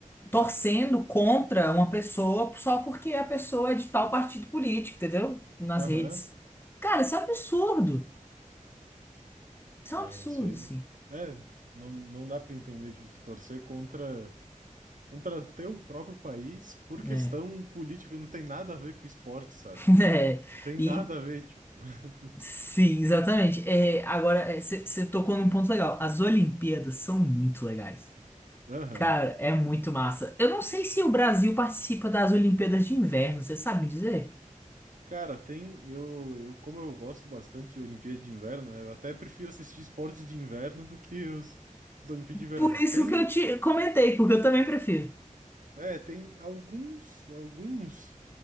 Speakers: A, on the left (about 15°); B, on the right (about 75°).
A: torcendo contra uma pessoa só porque a pessoa é de tal partido político, entendeu? Nas
B: Aham,
A: redes. Cara, isso é um absurdo. Isso
B: é
A: é um absurdo,
B: isso aí,
A: sim.
B: né? É, não, não dá pra entender, tipo, tu torcer contra, contra teu próprio país por
A: né
B: questão política, não tem nada a ver com esporte, sabe?
A: <laughs>
B: Não tem
A: É. E
B: nada a ver, tipo. <laughs>
A: sim, exatamente. É, agora, você tocou num ponto legal. As Olimpíadas são muito legais.
B: Aham.
A: Cara, é muito massa. Eu não sei se o Brasil participa das Olimpíadas de Inverno, você sabe me dizer?
B: Cara, tem. Eu, eu, como eu gosto bastante de Olimpíada de Inverno, né? Eu até prefiro assistir esportes de inverno do que os, os da Olimpíada de Verão.
A: Por isso
B: Tem.
A: que eu te comentei, porque eu também prefiro.
B: É, tem alguns, alguns